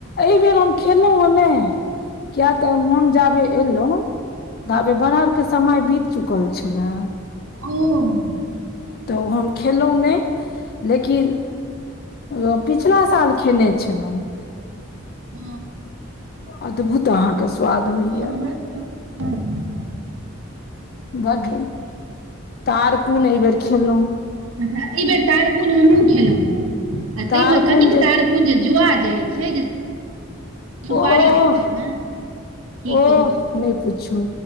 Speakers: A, on the left; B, on the right.
A: एहिबेर हम खेलहुँ हे नहि किया तऽ हम जाबे एलहुँ धबे
B: हँ
A: बरहरके समय बीत चुकल छलै।
B: ओ
A: तऽ हम खेलहुॅँ नहि लेकिन ओ पिछला साल खेने छलहुँ।
B: ओ
A: अद्भुत अहाँके स्वाद होइया।
B: हमरा <unintelligible>
A: बड तारकुन एहिबेर खेलहुँ।
B: अच्छा एहि बेर तारकुन हमहुँ खेलहुँ हेँं आ ताहिमे
A: तारकुन
B: कनिक
A: जे
B: तार न जे जुआ जाइ छैय जे सुपारी
A: ओह
B: दे खायमे की
A: ओह
B: कहू
A: नहि पूछू